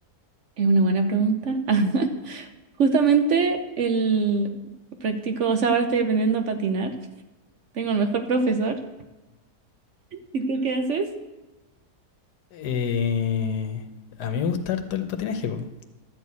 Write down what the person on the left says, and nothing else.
eh, a mí me gusta harto el patinaje, po.